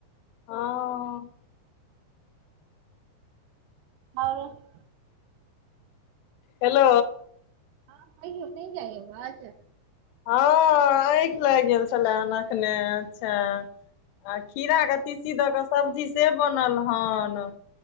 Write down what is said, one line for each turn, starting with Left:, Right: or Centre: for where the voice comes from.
Left: हँ
Right: और
Left: हेलो
Right: ह कहियौ नै जाए यऽ अबाज
Left: हऽ अैख लैग गेल छलै एखने अच्छा आ खीरा केँ तीसी दऽ कऽ सब्जी से बनल हन